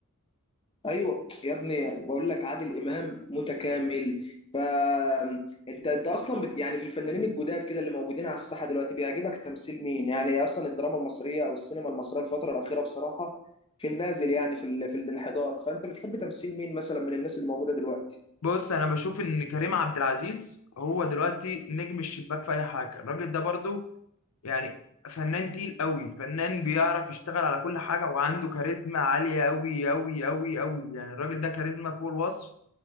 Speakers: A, on the left; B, on the left.
A: ايوه يا ابني بقول لك عادل امام متكامل فانت انت انت اصلا بت... يعني في الفنانين الجداد كده اللي موجودين على الساحه دلوقتي بيعجبك تمثيل مين يعني اصلا الدراما المصريه او السينما المصريه الفتره الاخيره بصراحه في النازل يعني في ال... في الانحدار فانت بتحب تمثيل مين مثلا من الناس اللي موجوده دلوقتي
B: بص أنا بشوف إن كريم عبد العزيز هو دلوقتي نجم الشباك في أي حاجة الراجل ده برضو يعني فنان تقيل قوي فنان بيعرف يشتغل على كل حاجة وعنده كاريزما عالية قوي قوي قوي قوي يعني الراجل ده كاريزما فوق الوصف